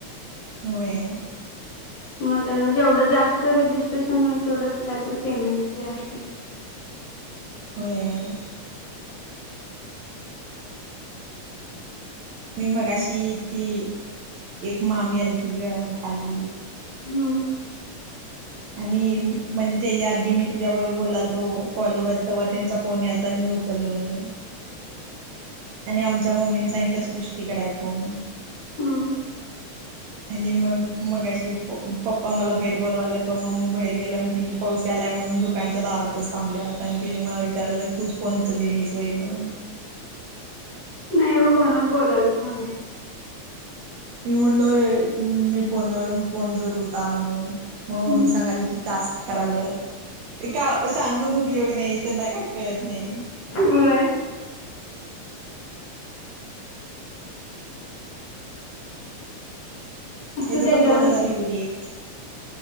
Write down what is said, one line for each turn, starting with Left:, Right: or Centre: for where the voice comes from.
Right: होय <unintelligible>
Left: मग त्यांना जेवढं जास्त रेजिस्ट्रेशन होईल, तेवढं काहीतरी पेमेंट वगैरे असेल
Right: <unintelligible> मी मगशी ती एक मामी आलती ग खाली
Left: हम्म
Right: आणि म्हणजे त्याच्या आधी मी तुझ्याबरोबर बोलालतो कॉलवर तेव्हा त्यांचा फोन यालता आणि मी चालूनणे <unintelligible> आणि आमच्या मम्मीनी सांगितलं सृष्टीकड हाय हाय फोन.
Left: हम्म
Right: आणि मग मग मगाशी प पप्पा मला बाहेर बोलवाला तो मग बाहेर गेलो आणि तिनी पावस आलाय म्हणून दुकानच्या दारातच थांबल्या आणि तिने मला विचारालं तूच फोन उचलली नाही होय म्हणून
Left: नाही हो फोन वर बोला <unintelligible> तू म्हणे
Right: मी म्हणलोय मी फोनवर फोन जुरूता म्हणून. मग मम्मी
Left: हम्म
Right: सांगाली की टास्क करायल्या. ते का सांगून उपयोग नाही त्यांना काय कळत नाही.
Left: होय असू
Right: हेझ
Left: द्या
Right: पण
Left: घ्या
Right: दोन हजार येऊ देत.